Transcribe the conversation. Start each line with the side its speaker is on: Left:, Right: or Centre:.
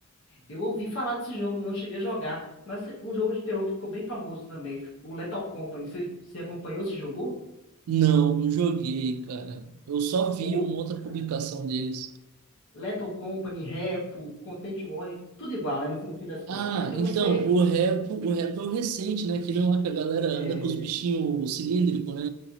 Left: Eu ouvi falar desse jogo, mas não cheguei a jogar. Mas um jogo de terror que ficou bem famoso também, o Lethal Company. Você, você acompanhou, se jogou?
Right: Não, não joguei, cara. Eu só vi
Left: Pô,
Right: uma outra
Left: cara.
Right: publicação deles.
Left: Lethal Company, Repo, Content Warning, tudo igual, né? No, fim no fim das contas,
Right: Ah,
Left: né? Que
Right: então,
Left: você
Right: o rap, o rap é o recente, né? Aquele lá que a galera anda
Left: é,
Right: com os bichinhos cilíndricos, né?